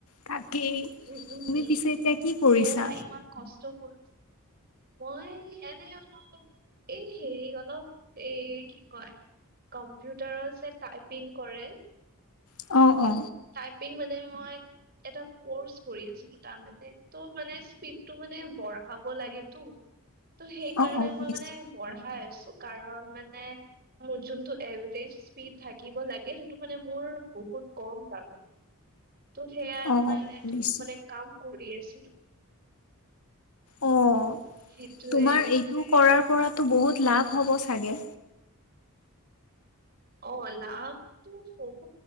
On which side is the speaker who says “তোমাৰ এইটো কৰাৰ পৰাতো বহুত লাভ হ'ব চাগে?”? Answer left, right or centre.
Left